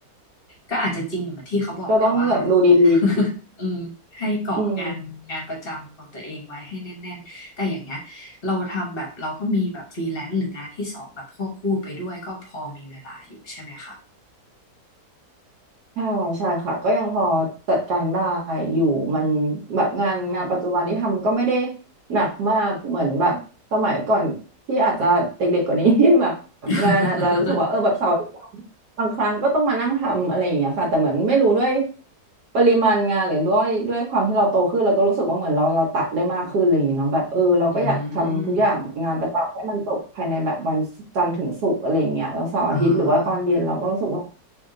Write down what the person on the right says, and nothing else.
ก็ต้องแบบดูดี
ๆอืม ใช่ใช่ค่ะก็ยังพอจัดการได้อยู่มัน
แบบงานงานปัจจุบันที่ทำก็ไม่ได้หนักมากเหมือนแบบสมัยก่อนที่อาจจะเด็กๆกว่านี้ <laughs> ที่แบบ
งานอาจจะรู้สึกว่าเออแบบเสาร์อาทิตย์บางครั้งก็ต้องมานั่งทำอะไรอย่างเงี้ยค่ะแต่เหมือนไม่รู้ด้วยปริมาณงานหรือด้วยด้วยความที่เราโตขึ้นเราก็รู้สึกว่าเหมือนเราเราตัดได้มากขึ้นอะไรอย่างเงี้ยเนาะแบบเออเราก็อยากทำทุกอย่างงานประจำให้มันจบภายในแบบวันจันทร์ถึงศุกร์อะไรอย่างเงี้ยแล้วเสาร์อาทิตย์หรือว่าตอนเย็นเราก็รู้สึกว่า